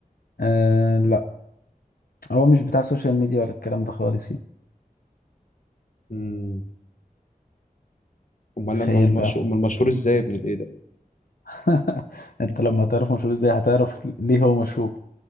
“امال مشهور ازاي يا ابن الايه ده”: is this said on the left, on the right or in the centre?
Left